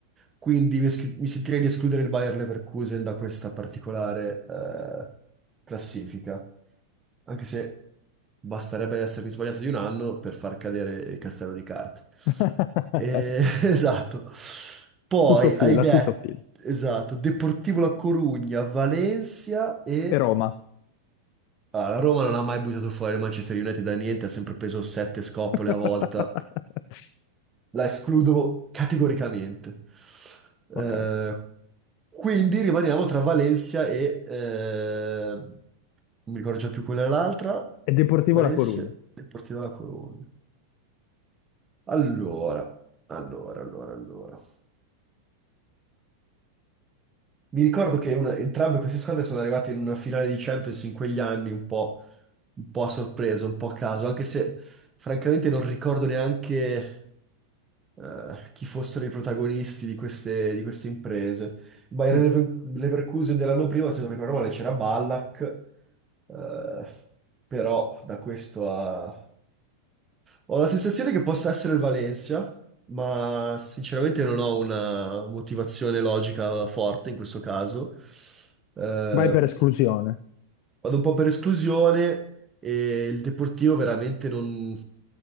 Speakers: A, on the right; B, on the left.
A: Quindi mi, eschi- mi sentirei di escludere il Bayer Leverkusen da questa particolare eh, classifica anche se basterebbe essermi sbagliato di un anno per far cadere il castello di carte.
B: <laughs>
A: Eh, <laughs> esatto. Poi
B: Tutto fila,
A: hai detto,
B: tutto fila.
A: esatto, Deportivo La Corugna, Valencia e...
B: E Roma.
A: Ah, la Roma non ha mai buttato fuori il Manchester United da niente, ha sempre preso sette scopole
B: <laughs>
A: a volta. La escludo categoricamente. Eh,
B: Ok.
A: quindi rimaniamo tra Valencia e... eh, Non mi ricordo già più quella era l'altra.
B: È Deportivo
A: Valencia
B: La Corugna.
A: e Porti dalla Colombia. Allora, allora, allora, allora. Mi ricordo che una- entrambe queste squadre sono arrivate in una finale di Champions in quegli anni un po', un po' a sorpresa, un po' a caso, anche se francamente non ricordo neanche. eh, chi fossero i protagonisti di queste, di queste imprese. Bayer
B: Mm.
A: Lever- Leverkusen dell'anno prima, se non ricordo male, c'era Ballack, eh, però da questo a... Ho la sensazione che possa essere il Valencia, ma sinceramente non ho una motivazione logica forte in questo caso. Eh,
B: Vai per esclusione.
A: vado un po' per esclusione e il Deportivo veramente non...